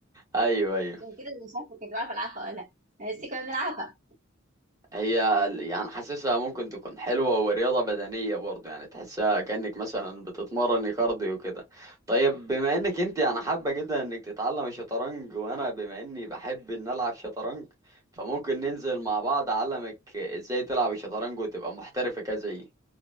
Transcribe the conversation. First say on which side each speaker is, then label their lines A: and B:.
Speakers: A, on the right (about 15°); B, on the right (about 40°).
A: ايوه ايوه
B: عشان كده انا مش عارفه كنت بعرف العبها ولا لا بس كنا بنلعبها
A: هي يعني حاسسها ممكن تكون حلوة ورياضة بدنية برضه يعني تحسها كأنك مثلا بتتمرن كارديو كده طيب بما انك انت يعني حابة جدا انك تتعلم الشطرنج وانا بما اني بحب ان العب شطرنج فممكن ننزل مع بعض اعلمك ازاي تلعب الشطرنج وتبقى محترفة كزيي